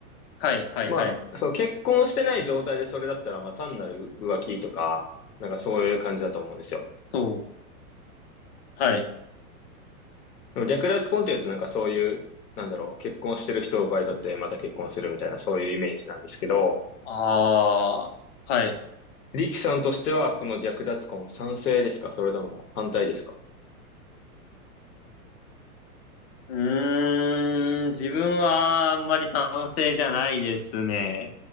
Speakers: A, on the left; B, on the left.
A: はい、はい、
B: まあ、
A: はい。
B: そう、結婚してない状態でそれだったら、まあ単なる浮気とか、なんかそういう感じだと思うんですよ。
A: そう。はい。
B: でも略奪婚っていうとなんかそういう、なんだろう、結婚してる人を奪い取ってまた結婚するみたいなそういうイメージなんですけど、
A: ああ、はい。
B: リキさんとしてはこの略奪婚賛成ですかそれとも反対ですか
A: うーん、自分はあんまり賛成じゃないですね。